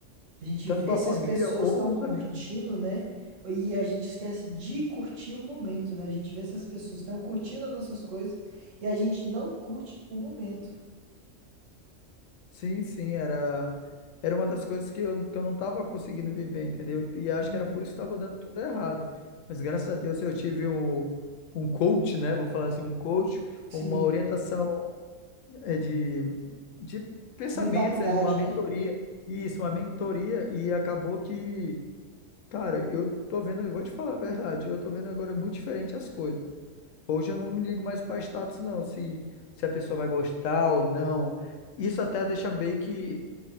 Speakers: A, on the right (about 70°); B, on the left (about 80°).
A: A gente
B: tanto
A: vê
B: com a
A: se
B: família
A: as pessoas
B: ou
A: estão
B: com
A: curtindo,
B: os amigos.
A: né? E a gente esquece de curtir o momento, né? A gente vê se as pessoas estão curtindo as nossas coisas e a gente não curte o momento.
B: Sim, sim, era, era uma das coisas que eu, que eu não estava conseguindo viver, entendeu? E acho
A: Uhum.
B: que era por isso que estava dando tudo errado. Mas graças a Deus eu tive um, um coach, né? Vou falar assim, um coach,
A: Sim.
B: uma orientação é de, de pensamentos,
A: Mentalidade,
B: é uma mentoria.
A: né?
B: Isso, uma mentoria. E acabou que, cara, eu tô vendo, eu vou te falar a verdade, eu tô vendo agora muito diferente as coisas. Hoje eu não me ligo mais para status, não, se, se a pessoa vai gostar ou não. Isso até deixa meio que,